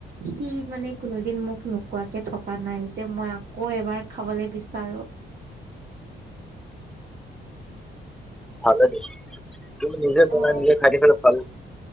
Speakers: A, on the right (about 50°); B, in the centre.
A: সি মানে কোনোদিন মোক নোকোৱাকে থকা নাই যে মই আকৌ এবাৰ খাবলৈ বিচাৰো।
B: ভালে দে, তুমি নিজে বনাই
A: অ'
B: নিজে খাই থাকিলে ভাল।